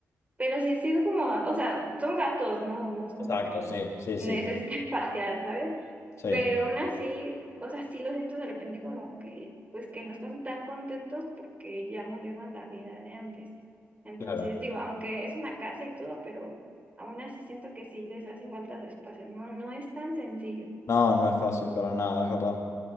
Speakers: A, on the right (about 25°); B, on the left (about 60°).
A: pero sí ha sido como, o sea, son gatos, ¿no? No es como
B: Exacto,
A: que
B: sí, sí,
A: necesiten
B: sí,
A: <laughs> pasear, ¿sabes?
B: sí,
A: Pero aún así, o sea, sí lo siento de repente como que pues que no están tan contentos porque ya no llevan la vida de antes. Entonces,
B: claro.
A: digo, aunque es una casa y todo, pero aún así siento que sí les hace falta su espacio, no, no es tan sencillo.
B: No, no es fácil para nada, es verdad.